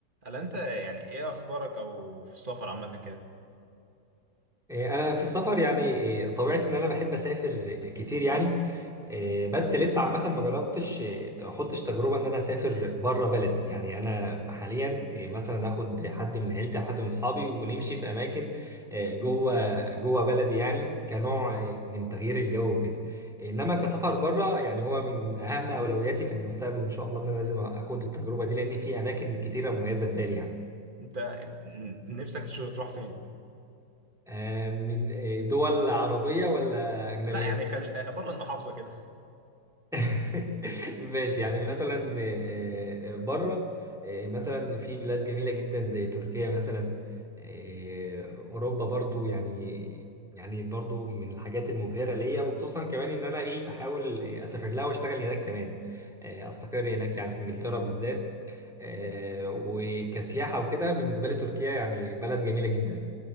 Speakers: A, on the right; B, in the centre.
A: هل انت يعني ايه اخبارك او في السفر عامه كده
B: إيه، انا في السفر يعني إيه، طبيعتي ان انا بحب اسافر كتير يعني إيه، بس لسه عامه ما جربتش إيه، اخدتش تجربه ان انا اسافر بره بلدي يعني انا حاليا إيه، مثلا اخد حد من عيلتي او حد من اصحابي ونمشي في اماكن إيه، جوه جوه بلدي يعني كنوع إيه، من تغيير الجو وكده انما كسفر بره يعني هو من اهم اولوياتي في المستقبل ان شاء الله ان انا لازم اخد التجربه دي لان في اماكن كتيره مميزه في بالي يعني
A: انت نفسك تشو- تروح فين
B: آه، من إيه، دول عربيه ولا اجنبيه
A: لا يعني خل بره المحافظه كده
B: <laughs> ماشي يعني مثلا آه، آه، بره آه، مثلا في بلاد جميلة جدا زي تركيا مثلا آه، أوروبا برضو يعني يعني برضو من الحاجات المبهرة ليا وخصوصا كمان إن أنا إيه بحاول أسافر لها وأشتغل هناك كمان آه، أستقر هناك يعني في إنجلترا
A: مم.
B: بالذات آه، وكسياحة وكده بالنسبة لي تركيا يعني بلد جميلة جدا